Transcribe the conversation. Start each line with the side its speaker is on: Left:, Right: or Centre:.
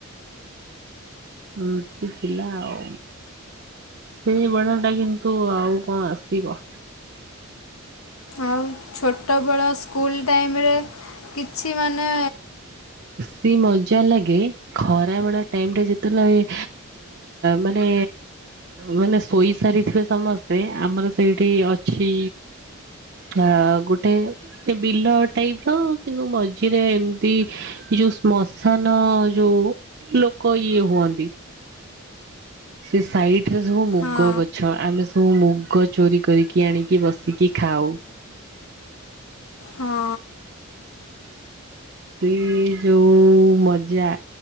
Right: ଏମତି ଥିଲା ଆଉ। ସେଇ ବେଣାଟା କିନ୍ତୁ ଆଉ କଣ ଆସିବ?
Left: ଆଉ ଛୋଟବେଳ ସ୍କୁଲ ଟାଇମରେ କିଛି ମାନେ
Right: ସେଇ ମଜା ଲାଗେ ଖରାବେଳ ଟାଇମରେ ଯେତେବେଳେ ମାନେ ମାନେ ଶୋଇ ସାରିଥିବେ ସମସ୍ତେ, ଆମର ସେଇଠି ଅଛି ଟା ଗୋଟେ ବିଲ ଟାଇପର କିନ୍ତୁ ମଜ୍ ମଝିରେ ଏମତି ଯୋଉ ଶ୍ମଶାନ ଯୋଉ ଲୋକ ଇଏ ହୁଅନ୍ତି ସେ ସାଇଡରେ ସବୁ ମୁଗ
Left: ହଁ
Right: ଗଛ। ଆମେ ସବୁ ମୁଗ ଚୋରି କରିକି ଆଣିକି ବସିକି ଖାଉ।
Left: ହଁ
Right: ସେ ଯୋଉ ମଜା,